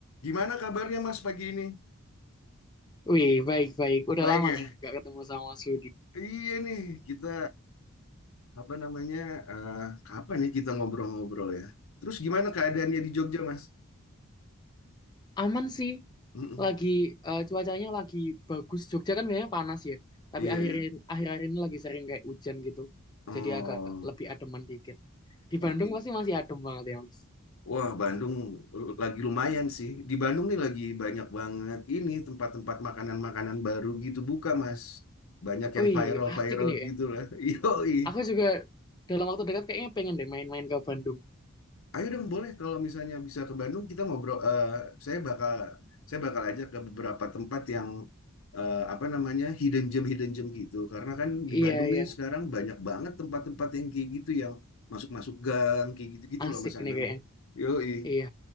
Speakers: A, on the left; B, on the left.
A: Gimana kabarnya Mas pagi ini?
B: Wih, baik-baik. Udah
A: Baik
B: lama
A: ya?
B: nih nggak ketemu sama Mas Yudi.
A: Iya nih, kita apa namanya? eh, kapan nih kita ngobrol-ngobrol ya? Terus gimana keadaannya di Jogja, Mas?
B: Aman sih.
A: Mm-mm.
B: Lagi eh, cuacanya lagi bagus. Jogja kan biasanya panas ya. Tapi
A: Iya
B: akhir
A: ya.
B: akhir-akhir ini lagi sering kayak hujan gitu.
A: Oh,
B: Jadi agak lebih ademan dikit. Di
A: oke.
B: Bandung pasti masih adem banget ya, Mas.
A: Wah, Bandung l- lagi lumayan sih. Di Bandung nih lagi banyak banget ini tempat-tempat makanan-makanan baru gitu buka, Mas. Banyak yang
B: Wih,
A: viral-viral
B: asik nih kayaknya.
A: gitu lah. <laughs> Yoi.
B: Aku juga dalam waktu dekat kayaknya pengen deh main-main ke Bandung.
A: Ayo dong boleh kalau misalnya bisa ke Bandung kita ngobrol. eh, saya bakal saya bakal aja ke beberapa tempat yang eh, apa namanya hidden gem hidden gem gitu. Karena kan di
B: Iya,
A: Bandung
B: iya.
A: nih sekarang banyak banget tempat-tempat yang kayak gitu yang masuk-masuk gang kayak gitu-gitu
B: Asik
A: loh Mas Anam.
B: nih kayaknya.
A: Yoi.
B: Iya.